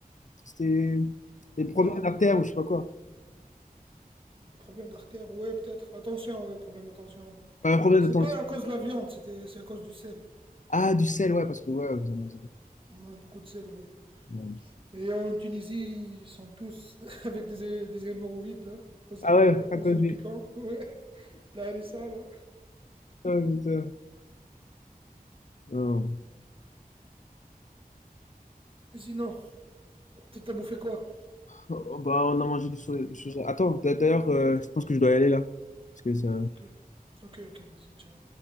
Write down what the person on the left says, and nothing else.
c'était des problèmes
d'artère ou je sais pas quoi.
Pas un problème
de tension.
Ah, du sel, ouais, parce que ouais, vous en mangez beaucoup.
Ouais.
Ah ouais,
à cause
du.
Oh, putain. Non.
Oh, bah, on a mangé du so- du soja. Attends, d'a- d'ailleurs, euh, je pense que je dois y aller là. Parce que ça.